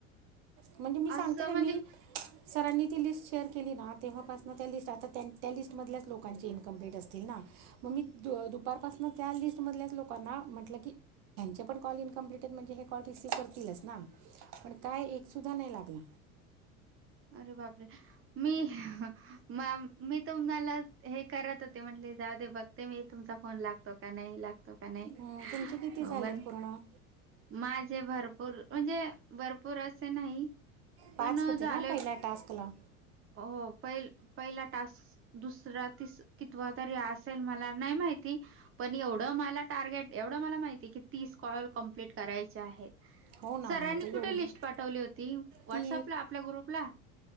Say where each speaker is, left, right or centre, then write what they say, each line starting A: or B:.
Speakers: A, on the right; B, on the right.
A: म्हणजे मी सांगते
B: असं
A: काय
B: म्हणजे
A: मी सरांनी ती लिस्ट शेअर केली ना, तेव्हापासन त्या लिस्ट आता त्या-त्या लिस्टमधल्या लोकांची इनकंम्प्लिट असतील ना. मग मी दुपार पासन त्या लिस्ट मधल्याच लोकांना म्हटल की त्यांचे पण कॉल इनकंम्प्लिट आहेत, म्हणजे हे कॉल रिसीव्ह करतीलच ना, पण काय एक सुद्धा नाही लागला.
B: अरे बापरे, मी ह मी तुम्हाला हे करत होते म्हंटल जाऊदे बघते मी तुमचा फोन लागतो. का नाही लागतो. का नाही.
A: हम तुमचे किती
B: अं,
A: झालेत
B: पण
A: पूर्ण?
B: माझे भरपूर, म्हणजे भरपूर असे नाही. पण
A: पाच होते
B: झाले
A: ना पहिल्या टास्क ला.
B: हो पहि पहिला टास्क, दुसरा तीस कितवा तरी असेल मला नाही माहिती. पण एवढं मला टार्गेट, एवढं मला माहिती की तीस कॉल कमप्लीट करायचे आहेत.
A: हो ना
B: सरांनी
A: आता एवढे
B: कुठे लिस्ट पाठवली होती, व्हॉट्सअपला
A: ती
B: आपल्या ग्रुपला.